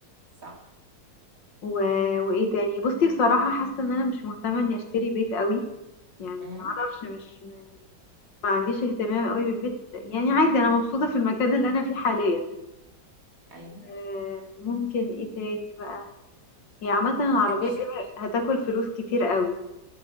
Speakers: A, on the right; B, on the left.
A: صح
B: و... وايه تاني بصي بصراحه حاسه ان انا مش مهتمه اني اشتري بيت قوي يعني
A: مم.
B: معرفش مش م... ما عنديش اهتمام قوي بالبيت يعني عادي انا مبسوطه في المكان اللي انا فيه حاليا
A: ايوه
B: آه، وممكن ايه تاني بقى هي عامة العربية
A: تحبي
B: دي هتاكل فلوس كتير قوي